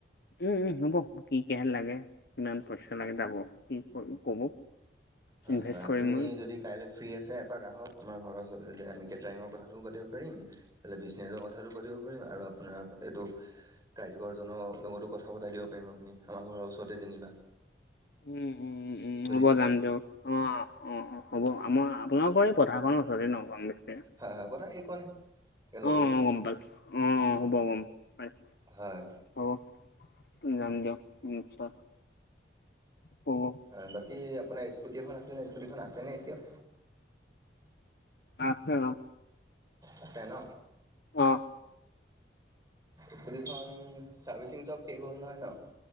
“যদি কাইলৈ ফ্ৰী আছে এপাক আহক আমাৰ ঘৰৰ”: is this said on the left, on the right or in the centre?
Right